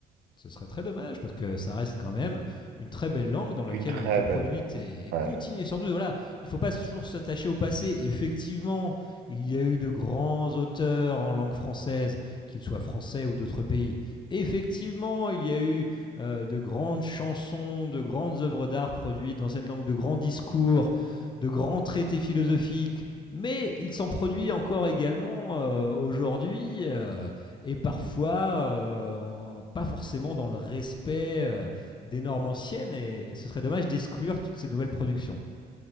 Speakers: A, on the left; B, on the right.
A: Ce serait très dommage parce que ça reste quand même une très belle langue dans laquelle
B: Une très
A: ont été produites
B: belle langue.
A: et, et
B: Ouais.
A: continuent. Et surtout, voilà, il ne faut pas toujours s'attacher au passé. Effectivement, il y a eu de grands auteurs en langue française, qu'ils soient français ou d'autres pays. Effectivement, il y a eu euh, de grandes chansons, de grandes œuvres d'art produites dans cette langue, de grands discours, de grands traités philosophiques. Mais il s'en produit encore également euh, aujourd'hui. euh, et parfois euh, en- pas forcément dans le respect euh, des normes anciennes, et ce serait dommage d'exclure toutes ces nouvelles productions.